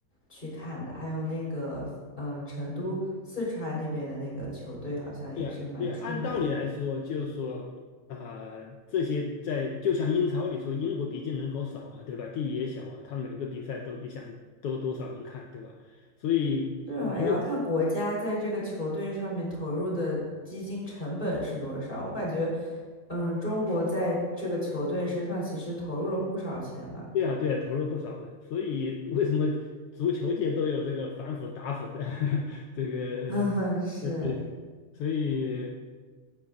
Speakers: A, on the left; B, on the left.
A: 去看的，还有那个嗯、呃成都四川那边的那个球队好像也是蛮出名的。
B: 对啊，对啊，按道理来说，就是说，啊，这些在就像英超里说，英国毕竟人口少啊，对吧？地域也小啊，他每个比赛都你想都多少人看，对吧？所以每一个
A: 对啊，也要看国家在这个球队上面投入的基金成本是多少。我感觉，嗯，中国在这个球队身上其实投入了不少钱吧。
B: 对啊，对啊，投入不少的。所以为什么足球界都有这个反腐打腐的 <laughs> 这个呃对，
A: <laughs> 嗯，是。
B: 所以